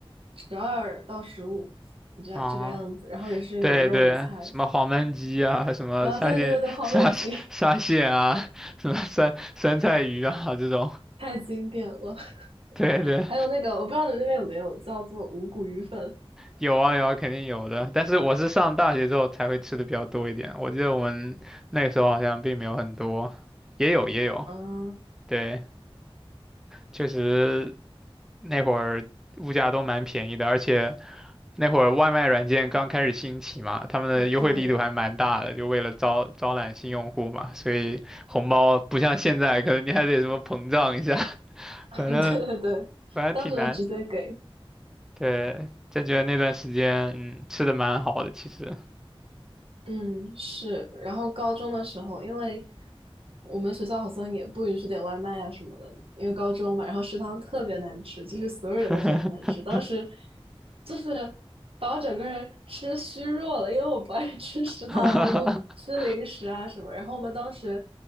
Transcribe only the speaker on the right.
十二到十五，这这个样子。
然后也是有肉有菜。
啊，对对对对对，黄焖鸡
<laughs> 太经典了。<laughs>
还有那个，我不知道你们那边有没有叫做五谷鱼粉
啊？
哦，对，
<laughs>
对对对，
当时就直接给。
嗯，是。然后高中的时候，因为我们学校好像也不允许点外卖啊什么的，因为高中嘛，然后食堂特别难吃，就是所有人都觉得很难吃。
当时就是把我整个人吃虚弱了，因为我不爱吃食堂，
然后就吃零食啊什么。然后我们当时